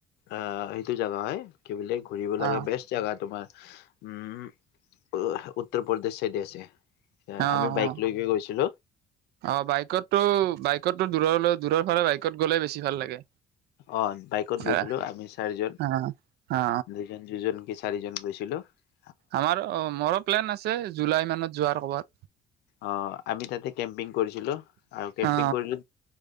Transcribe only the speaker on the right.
হা
অ অ
অ বাইকটো বাইকটো দূৰলৈ দূৰৰত ত ইফালে বাইকত গ'লে বেছি ভাল লাগে
আহ
অ অ
আমাৰ অ মোৰো প্লেন আছে জুলাই মানত যোৱাৰ ক'বাত
অ